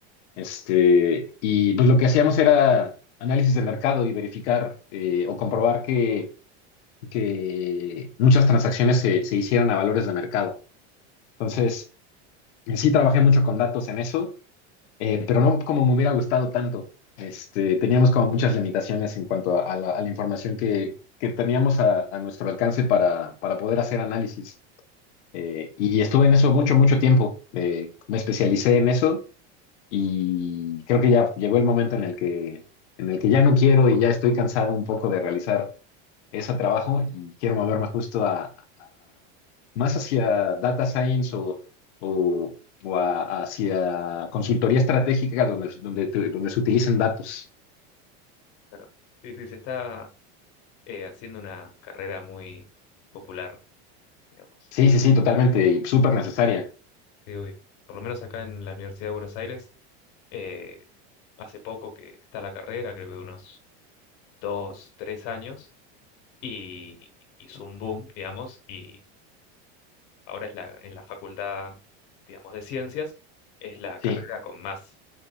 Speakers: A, on the left; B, on the left.
A: Este, y pues lo que hacíamos era análisis de mercado y verificar eh, o comprobar que, que muchas transacciones se, se hicieron a valores de mercado. Entonces, sí trabajé mucho con datos en eso eh, pero no como me hubiera gustado tanto. Este, teníamos como muchas limitaciones en cuanto a, a la, a la información que, que teníamos a, a nuestro alcance para, para poder hacer análisis. Eh, y estuve en eso mucho, mucho tiempo. Eh, me especialicé en eso y creo que ya llegó el momento en el que, en el que ya no quiero y ya estoy cansado un poco de realizar es a trabajo y quiero moverme justo a, a- más hacia data science o, o- o a- hacia consultoría estratégica donde, donde, te- donde se utilicen datos.
B: Claro. Sí, sí, se está eh, haciendo una carrera muy popular, digamos.
A: Sí, sí, sí, totalmente y súper necesaria.
B: Sí, obvio. Por lo menos acá en la Universidad de Buenos Aires, eh, hace poco que está la carrera, creo que unos dos, tres años, y hizo un boom, digamos, y ahora es la, en la facultad, digamos, de ciencias, es la
A: Sí,
B: carrera con más